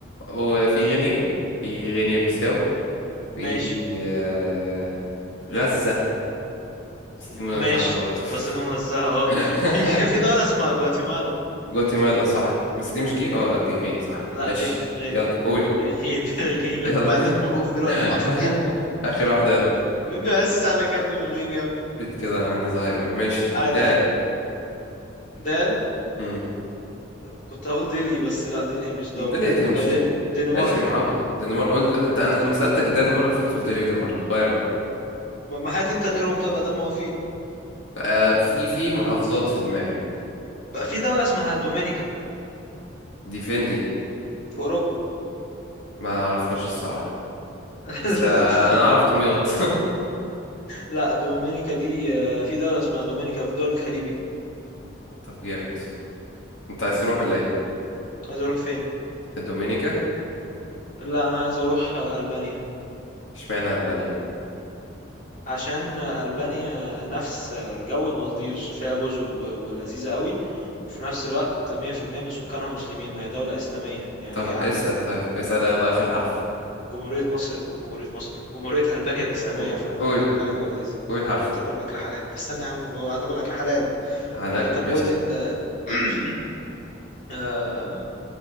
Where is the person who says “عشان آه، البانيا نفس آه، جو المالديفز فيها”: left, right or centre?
Left